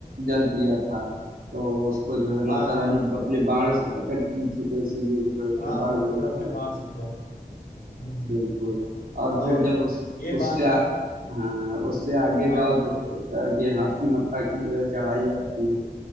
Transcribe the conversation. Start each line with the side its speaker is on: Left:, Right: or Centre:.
Right: जल पिया था तो उसको जो है
Left: हाँ
Right: माता रानी
Left: हाँ
Right: अपने बाण से प्रकट की थी तो इसीलिए जो है उसको
Left: हाँ
Right: बाण
Left: उन्होंने
Right: गंगा
Left: अपने
Right: बोलते
Left: बाप से
Right: हैं।
Left: किया हम्म,
Right: बिल्कुल और
Left: और
Right: फिर जब उस
Left: ये
Right: उससे
Left: बात
Right: आ,
Left: है
Right: हाँ उससे आगे
Left: हाँ
Right: जाओ तो फिर आगे हाथी मत्था की जो है चढ़ाई आती है